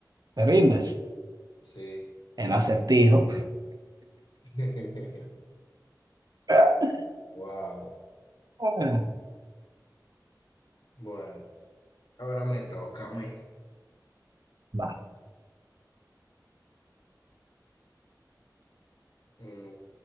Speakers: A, on the right (about 60°); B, on the left (about 75°).
A: ¿Te rindes?
B: Sí.
A: El acertijo.
B: <laughs>
A: <laughs>
B: Wow.
A: Ah,
B: Bueno, ahora me toca a mí.
A: Va,
B: Mm,